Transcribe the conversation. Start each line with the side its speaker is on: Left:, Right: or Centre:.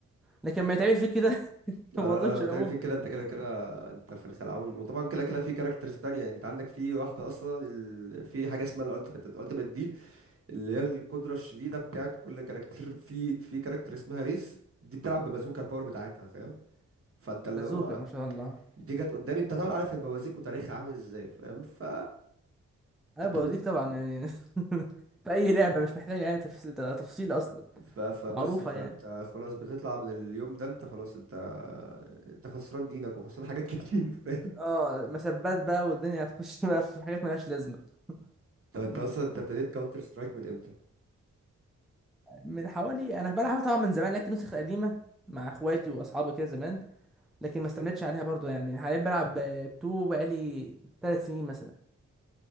Centre: لكن ما يتعمل فيك كده <laughs>
Right: لا
Centre: الموضوع
Right: لا لا
Centre: مش
Right: لما بتعمل
Centre: هيبقى ممتع
Right: فيك كده انت كده كده انت في الخلعون وطبعا كده كده في كاركترز تانية يعني انت عندك في واحدة اصلا ال... في حاجة اسمها الالتيميت الالتيميت دي اللي هي القدرة الشديدة بتاعت كل كاركتر في في كاركتر اسمها ريز دي بتلعب ببازوكا الباور بتاعتها فاهم فانت اللي
Centre: بازوكا
Right: هو
Centre: ما شاء الله
Right: دي جت قدامي انت طبعا عارف البوازيك وتاريخها عامل ازاي فاهم ف
Centre: أنا
Right: فانت
Centre: بوزيك
Right: بت...
Centre: طبعا يعني <laughs> في أي لعبة مش محتاجة يعني تفصيل تفصيل أصلا
Right: ف... فبس
Centre: معروفة
Right: فانت
Centre: يعني
Right: خلاص بتطلع من اليوم ده انت خلاص انت انت خسران دينك وخسران حاجات <laughs> كتير فاهم
Centre: اه مسبات بقى والدنيا هتخش بقى في حاجات ملهاش لازمة
Right: طب انت
Centre: مم.
Right: اصلا انت ابتديت كاونتر سترايك من امتى؟
Centre: من حوالي انا بلعبها طبعا من زمان لعبت نسخ قديمه مع اخواتي واصحابي كده زمان لكن ما استمتش عليها برضو يعني حاليا بلعب 2 بقالي 3 سنين مثلا